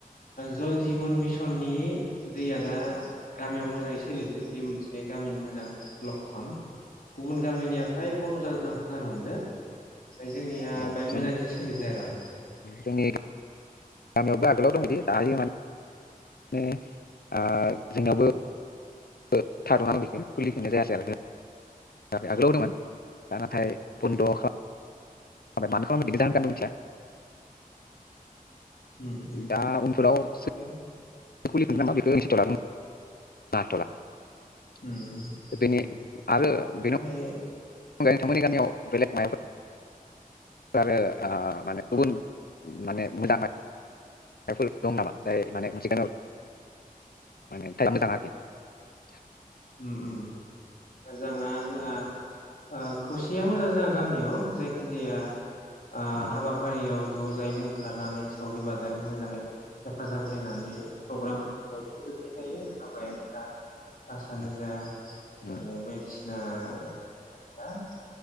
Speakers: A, on the left; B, on the left.
A: जल जिबन मिसननि दैया दा गामियाव मोजाङै सोलिदो बे मोनसे गामिनि मोजां लकन गुबुन गामिनिया फ्राय बन्द' जादों आं खोनानो मोनदों। ओमफ्राय जोंनिया
B: औ
A: बाय
B: जों
A: मोजांसिन सोलिदों आरो।
B: जोंनि गामियावबो आगोलाव दंदि दायो माने <unintelligible> <unintelligible> <unintelligible>
A: <unintelligible>
B: दा उनफोराव <unintelligible>
A: उम
B: <unintelligible>
A: उम ओमफ्राय
B: <unintelligible> <unintelligible>
A: उम उम मोजाङा जोंहा ओ खौसेया मोजां जा गामियाव जायखिजाया आ
B: उम
A: हाबाफारियाव ज'जायैनो ओंखारनानै सावरि बादालि मोजाङै हेफाजाब होलायनानै प्रग्राम। फोजोबनाय जायो। <unintelligible> क्लासानो
B: उम
A: जा
B: उम
A: माने बा <unintelligible>